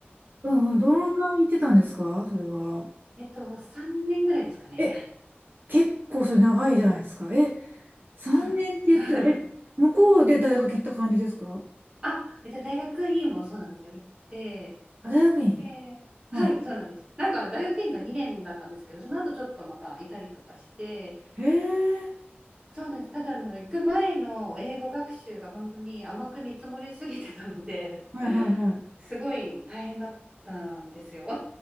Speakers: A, on the right; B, on the right.
A: うんうん。どのぐらい行ってたんですかそれは。
B: えっと、3年ぐらいですかね。
A: え、
B: はい。
A: 結構それ長いじゃないですか。え、3年って言ったら、
B: そうなんです。はい
A: え、向こうで大学行った感じですか
B: あ、えっと、大学院もそうなんですよ。行って、
A: あ、大学院
B: で、はい、
A: はい。
B: そうなんです。なんか、大学院が2年だったんですけど、その後ちょっとまたいたりとかして、
A: へえ。
B: そうなんです。ただ、あの、行く前の英語学習が本当に甘く見積もりすぎてたので、
A: はいはいはい。
B: <laughs> すごい大変だったんですよ。